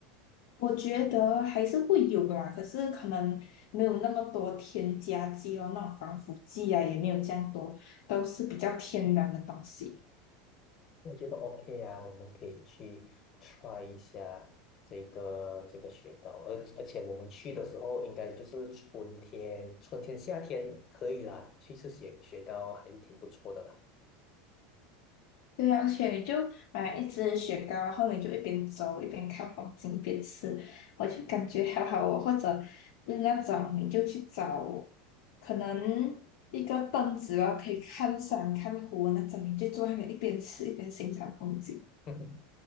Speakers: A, on the left; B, on the left.
A: 我觉得还是会有啦，可是可能没有那么多添加剂哦，那种防腐剂啊也没有这样多，都是比较天然的东西。
B: 我觉得 OK 啊，我们可以去 try 一下这个这个雪糕，而而且我们去的时候应该就是春天，春天夏天可以啦，去吃雪雪糕还是挺不错的啦。
A: 对呀，而且你就买一支雪糕，然后你就一边走一边看风景一边吃，我就感觉好好哦。或者嗯那种你就去找，可能一个凳子然后可以看山看湖那种，你就坐那边一边吃一边欣赏风景。
B: <laughs>